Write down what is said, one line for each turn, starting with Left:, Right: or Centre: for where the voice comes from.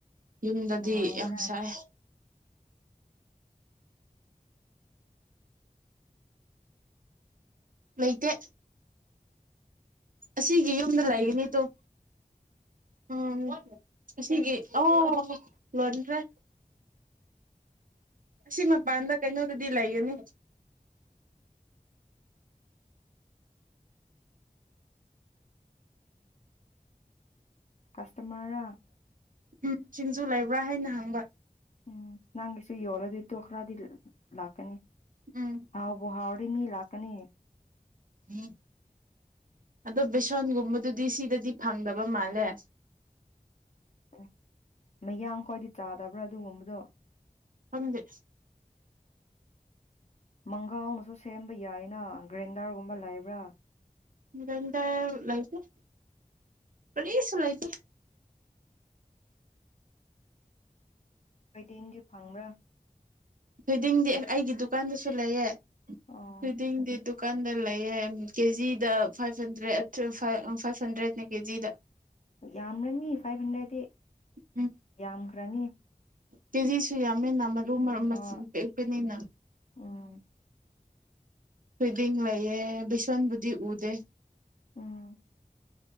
Right: ꯌꯨꯝꯗꯗꯤ
Left: ꯅꯨꯡꯉꯥꯏꯌꯦꯅ
Right: ꯌꯥꯝ ꯁꯥꯏ ꯂꯩꯇꯦ ꯑꯁꯤꯒꯤ ꯌꯨꯝꯗ ꯂꯩꯒꯅꯤꯗꯣ ꯎꯝ ꯑꯁꯤꯒꯤ ꯑꯣ ꯂꯣꯟꯗ꯭ꯔꯦ ꯑꯁꯤ ꯃꯄꯥꯟꯗ ꯀꯩꯅꯣꯗꯗꯤ ꯂꯩꯒꯅꯤ
Left: ꯀꯁꯇꯃꯔꯥ
Right: ꯎꯝ ꯁꯤꯡꯖꯨ ꯂꯩꯕ꯭ꯔꯥ ꯍꯥꯏꯅ ꯍꯪꯕ
Left: ꯎꯝ ꯅꯪꯁꯨ ꯌꯂꯗꯤ ꯇꯈ꯭ꯔꯗꯤ ꯂꯥꯛꯀꯅꯤ
Right: ꯎꯝ
Left: ꯑꯥꯎꯕ ꯍꯥꯥꯔꯔꯅꯤꯂꯥꯛꯀꯅꯤ
Right: ꯎꯝ ꯑꯗꯣ ꯕꯦꯁꯣꯟꯒꯨꯝꯕꯗꯨꯗꯤ ꯁꯤꯗꯗꯤ ꯐꯪꯗꯕ ꯃꯥꯜꯂꯦ
Left: ꯑꯦ ꯃꯌꯥꯡ ꯈ꯭ꯋꯥꯏꯗꯤ ꯆꯥꯗꯕ꯭ꯔꯥ ꯑꯗꯨꯒꯨꯝꯕꯗꯣ
Right: ꯐꯝꯦ
Left: ꯃꯪ ꯀꯥꯎꯅꯁꯨ ꯁꯦꯝꯕ ꯌꯥꯏꯅ ꯒ꯭ꯔꯦꯟꯗꯔꯒꯨꯝꯕ ꯂꯩꯕ ꯋꯥ
Right: ꯒꯗ ꯂꯩꯥꯏꯇꯦ ꯔꯤꯁꯨꯂꯥꯏꯇ
Left: ꯀꯩꯗꯦꯡꯗꯤ ꯐꯪꯕ꯭ꯔꯥ
Right: ꯐꯣꯏꯗꯤꯡꯗꯤ ꯑꯩꯒꯤ ꯗꯨꯀꯥꯟꯗꯁꯨ ꯂꯩꯌꯦ ꯑꯗꯨꯗꯤꯗꯤꯗꯨ
Left: ꯑꯣ
Right: ꯀꯥꯟꯗ ꯂꯩꯌꯦꯦ ꯀꯦꯖꯤꯗ ꯐꯥꯏꯚ ꯍꯟꯗ꯭ꯔꯦꯠ ꯐꯥꯏꯚ ꯍꯟꯗ꯭ꯔꯦꯠꯅꯦ ꯀꯦꯖꯤꯗ
Left: ꯌꯥꯝꯅꯅꯤ ꯐꯥꯏꯚ ꯍꯟꯗ꯭ꯔꯦꯠꯇꯤ
Right: ꯎꯝ
Left: ꯀꯌꯥ ꯔꯅꯤ
Right: ꯀꯦꯖꯤꯁꯨ ꯌꯥ ꯃꯃꯦ ꯅꯃ ꯑꯗꯨ ꯃꯔ ꯃꯁꯤꯡ
Left: ꯍꯣꯏ
Right: ꯄꯦꯛꯄꯅꯤꯅ
Left: ꯎꯝ
Right: ꯐꯗꯤ ꯂꯩꯏꯌꯦ ꯕꯤꯁꯟ ꯕꯨꯗꯤꯤ ꯎꯗꯦ
Left: ꯎꯝ